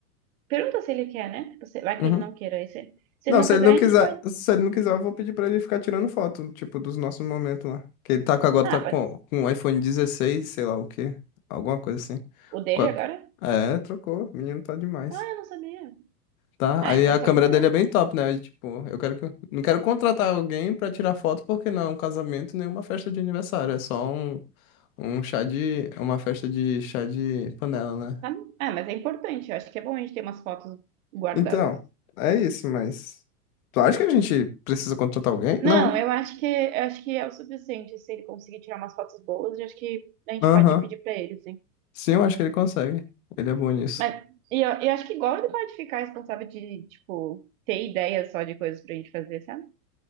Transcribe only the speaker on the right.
Pergunta se ele quer, né? Tipo, se- vai
que ele não queira. Aí se, se
ele não
quiser,
a
gente pode.
Ah,
pode.
O dele
agora?
Ah, eu não sabia.
Ah,
então
pode
ser.
Tá? Ah, mas é importante. Eu acho que é bom a gente ter umas fotos guardadas.
Não,
eu acho que, eu acho que é o suficiente. Se ele conseguir tirar umas fotos boas, eu acho que a gente
pode pedir pra ele, sim.
Mas e eu, eu acho que igual ele pode ficar responsável de, tipo, ter ideia só de coisas pra gente fazer, sabe?